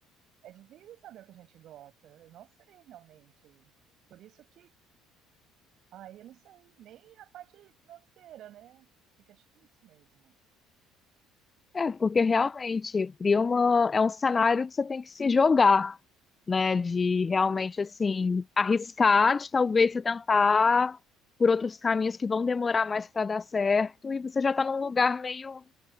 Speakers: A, on the right (about 50°); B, on the left (about 25°).
A: é difícil saber o que a gente gosta. Eu não sei realmente. Por isso que, aí eu não sei, nem a parte financeira, né? Fica difícil mesmo.
B: É, porque realmente cria uma, é um cenário que você tem que se jogar, né? De realmente assim arriscar, de talvez você tentar por outros caminhos que vão demorar mais para dar certo, e você já está num lugar meio